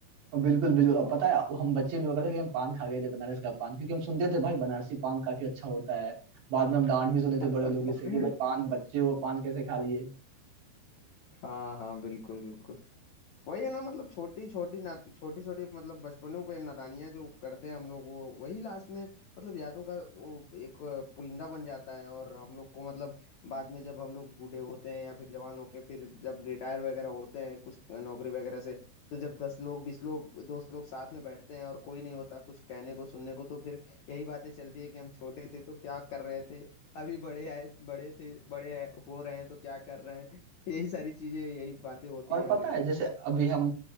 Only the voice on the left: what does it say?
<laughs>
हाँ हाँ बिल्कुल बिल्कुल वही है ना मतलब छोटी छोटी ना छोटी छोटी मतलब बचपनों पे नादानियां जो करते हैं हम लोग वो वही लास्ट में मतलब यादों का वो एक अ, पुलिंदा बन जाता है और हम लोग को मतलब बाद में जब हम लोग बूढ़े होते हैं या फिर जवान होके फिर जब रिटायर वगैरह होते हैं कुछ नौकरी वगैरह से तो जब दस लोग बीस लोग दोस्त लोग साथ में बैठते हैं और कोई नहीं होता कुछ कहने को सुनने को तो फिर यही बातें चलती है कि हम छोटे थे तो क्या कर रहे थे अभी बड़े आए बड़े थे बड़े हो रहे हैं तो क्या कर रहे हैं यही सारी चीजें यही बातें होती
हैं
अभी भी